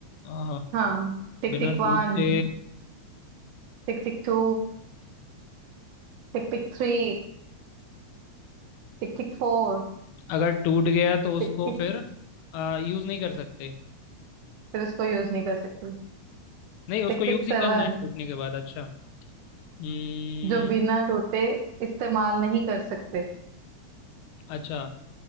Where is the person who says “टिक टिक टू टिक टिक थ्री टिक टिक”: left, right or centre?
Right